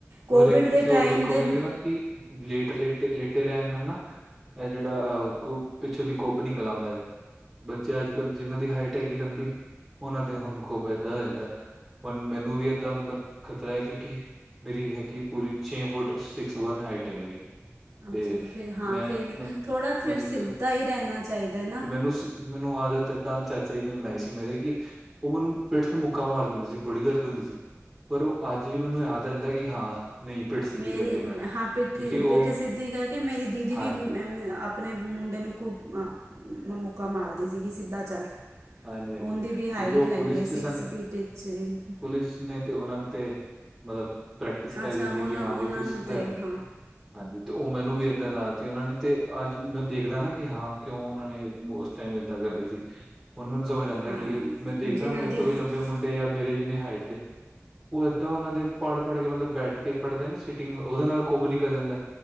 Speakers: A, on the right (about 85°); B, in the centre.
A: ਕੋਵਿਡ
B: ਹੋਰ ਇੱਕ
A: ਦੇ
B: ਤੁਸੀਂ ਉਹ
A: ਟਾਈਮ
B: ਦੇਖੋਗੇ
A: ਦੇ
B: ਵੀ ਨਾ ਕਿ ਲੇਟ ਲੇਟੇ-ਲੇਟੇ ਰਹਿਨ ਨਾ ਇਹ ਜਿਹੜਾ ਅਹ ਕੁ ਪਿੱਛੋਂ ਦੀ ਕੁੱਭ ਨਿਕਲ ਆਉਂਦਾ। ਬੱਚੇ ਅੱਜ ਕੱਲ੍ਹ ਜਿਨ੍ਹਾਂ ਦੀ ਹਾਈਟ ਹੈਗੀ ਲੰਬੀ ਓਨਾਂ ਦੇ ਹੁਨ ਕੁੱਬ <unintelligible> ਹੋ ਜਾਂਦੈ ਹੁਣ ਮੈਨੂੰ ਵੀ ਏਦਾਂ ਮਤਲਬ ਹੈ ਕਿਉਂਕਿ ਮੇਰੀ ਹੈਗੀ ਪੂਰੀ ਛੇ ਫੁੱਟ ਸਿਕਸ ਵਨ ਹਾਈਟ ਹੈ ਮੇਰੀ
A: ਅੱਛਾ
B: ਤੇ
A: ਤਾਂ ਫਿਰ ਹਾਂ
B: ਮੈਂ
A: ਫਿਰ
B: ਮਨ
A: ਥੋੜ੍ਹਾ ਫਿਰ
B: ਮੈਨੂੰ
A: ਸਿੱਧਾ
B: ਤੇ
A: ਈ ਰਹਿਣਾ ਚਾਹੀਦਾ ਹੈਨਾ
B: ਤੇ ਮੈਨੂੰ ਸ ਮੈਨੂੰ ਆਦਤ ਏਦਾਂ ਚਾਚਾ ਜੀ ਨੇ ਬਣਾਈ ਸੀ ਮੇਰੇ ਕਿ, ਉਹ ਮੈਨੂੰ ਪਿੱਠ ਤੇ ਮੁੱਕਾਂ ਮਾਰ ਦਿੰਦੇ ਸੀ ਬੜੀ ਦਰਦ ਹੁੰਦੀ ਸੀ। ਪਰ ਉਹ ਅੱਜ ਵੀ ਮੈਨੂੰ ਯਾਦ ਰਹਿੰਦਾ ਕਿ ਹਾਂ ਨਹੀਂ ਪਿੱਠ ਸਿੱਧੀ
A: ਮੇਰੀ
B: ਕਰਕੇ ਪੈਣਾ
A: ਹਾਂ ਪਿੱਠੇ-ਪਿੱਠੇ
B: ਕਿਉਂਕਿ ਉਹ
A: ਸਿੱਧੀ ਕਰਕੇ ਮੇਰੀ ਦੀਦੀ
B: ਹਾਂਜੀ।
A: ਵੀ ਆਪਣੇ ਮੁੰਡੇ ਨੂੰ ਕੁਟਆਂ ਮੁੱਕਾ ਮਾਰਦੀ ਸੀਗੀ ਸਿੱਧਾ ਚੱਲ
B: ਹਾਂਜੀ-ਹਾਂਜੀ
A: ਉਹਦੀ
B: ਕਿਉਂਕਿ
A: ਵੀ ਹਾਈਟ
B: ਉਹ
A: ਹੈਗੀ
B: ਪੁਲਿਸ
A: ਹੈ
B: 'ਚ
A: six
B: ਸਨ
A: feet eight inch
B: police ਨੇ ਤੇ ਉਨਹਾਂ ਤੇ ਮਤਲਬ ਪ੍ਰੈਕਟਿਸ ਕਰਾਈ
A: ਅੱਛਾ
B: ਜਾਂਦੀ
A: ਉਹਨਾਂ
B: ਕਿ ਹਾਂ
A: ਉਹਨਾਂ
B: ਬਾਈ ਤੁਸੀਂ
A: ਨੂੰ
B: ਸਿੱਧਰ
A: ਤਾਂ
B: ਰ
A: ਹਾਂ
B: ਹਾਂਜੀ ਤੇ ਉਹ ਮੈਨੂੰ ਵੀ ਇਏਦਾਂ ਦਾੱਸ ਉਹਨਾਂ ਨੇ ਤੇ ਅੱਜ ਮੈਂ ਦੇਖਦਾ ਨਾ ਕਿ ਹਾਂ ਕਿਉਂ ਉਹਨਾਂ ਨੇ ਉਸ ਟਾਈਮ ਏਦਾਂ ਕਰਦੇ ਸੀ ਹੁਣ ਮੈਨੂੰ ਸਮਝ ਆਉਂਦਾ
A: ਹਾਂ
B: ਕਿ ਮੈਂ ਦੇਖਦਾ
A: ਜਿਨ੍ਹਾਂ
B: ਮੇਰੇ
A: ਦੀ
B: ਤੋਂ ਵੀ
A: ਹਾਂ
B: ਲੰਬੇ ਮੁੰਡੇ ਜਾਂ ਮੇਰੇ ਜਿੰਨੇ ਹਾਈਟ ਦੇ ਉਹ ਏਦਾਂ ਉਹਨਾਂ ਦੇ ਪੜ੍ਹ-ਪੜ ਕੇ ਮਤਲਬ ਬੈਠ ਕੇ ਪੜ੍ਹਦੇ ਨਾ ਸੀਟਿੰਗ ਉਹਦੇ ਨਾਲ ਕੁੱਭ ਨਿਕਲ ਜਾਂਦਾ